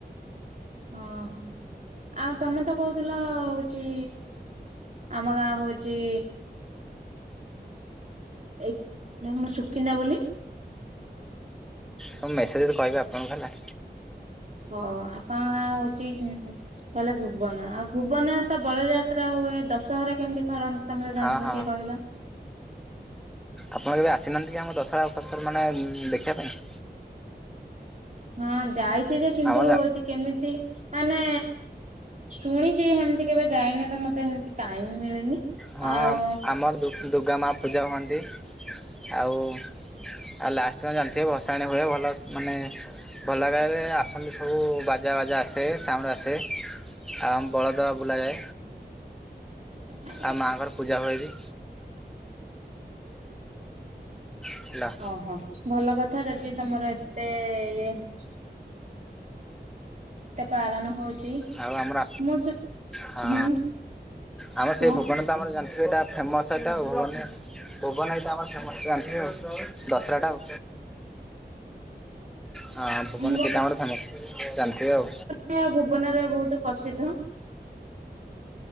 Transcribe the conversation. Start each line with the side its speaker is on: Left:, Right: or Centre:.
Right: ଓ ହୋ। ଆଉ ତମେ ତ କହୁଥିଲ ହଉଛି ଆମ ଗାଁ ହଉଛି ଏ ନା କଣ ସୁକିନ୍ଦା ବୋଲି
Centre: ମୁଁ ମେସେଜ୍ ରେ କହିବି ଆପଣଙ୍କୁ ହେଲା।
Right: ହଉ ଆପଣ ନା ହଉଛି ତାହେଲେ ଭୁବନ ଆଉ ଭୁବନ ତ ବଳଯାତ୍ରା ହୁଏ ଦଶହରା କେମିତି ତଳନ୍ତ ତମେ ତ
Centre: ହଁ
Right: ଜଣିଥିବ
Centre: ହଁ
Right: ଟିକେ କହିଲ?
Centre: ଆପଣ କେବେ ଆସିନାହାନ୍ତି କି ଆମ ଦଶହରା <unintelligible> ମାନେ ଦେଖିବା ପାଇଁ?
Right: ହଁ ଯାଇଛି ଯେ କିନ୍ତୁ
Centre: ଆମର
Right: ହଉଛି କେମିତି ମାନେ ଶୁଣିଛି ହେମିତି କେବେ ଯାଇନି ତ ମତେ ସେମତି ଟାଇମ ମିଳିନି।
Centre: ହଁ
Right: ଆଉ
Centre: ଆମର ଦୁ ଦୁର୍ଗା ମା ପୂଜା ହୁଅନ୍ତି ଆଉ। ଆଉ ଲାଷ୍ଟ କୁ ଜାଣିଥିବେ ଭସାଣି ହୁଏ ଭଲ ମାନେ ଭଲ <unintelligible> ଆସନ୍ତି ସବୁ ବାଜା ବାଜା ଆସେ ସାଉଣ୍ଡ ଆସେ। ଆଉ ଆମ ବଳଦ ବୁଲାଏ।
Right: ହ
Centre: ଆଉ ମାଆଙ୍କର ପୂଜା ହୁଏ ବି। ହେଲୋ।
Right: ଓହୋ ଭଲ କଥା ଯଦି ତମର ଏତେ ଇଏ ହଉଛି। ତ ପାଳନ ହଉଛି।
Centre: ଆଉ ଆମର
Right: ମୁଁ ଶୁ
Centre: ହଁ
Right: ହୁଁ
Centre: ଆମର
Right: କୁହ
Centre: ସେ ଭୁବନ ତ ଆମର ଜାଣିଥିବେ ଏଇଟା ଫେମସ ଏଇଟା ମାନେ ଭୁବନ ଏଟା ଆମର ଫେମସ ଜାଣିଥିବେ। ଦଶହରାଟା ଆଉ। ହଁ ଭୁବନ
Right: ମୁଁ
Centre: ସେଇଟା ଆମର ଫେମସ ଜାଣିଥିବେ ଆଉ।
Right: ସେ ଭୁବନର ରେ ବହୁତ ପ୍ରସିଦ୍ଧ।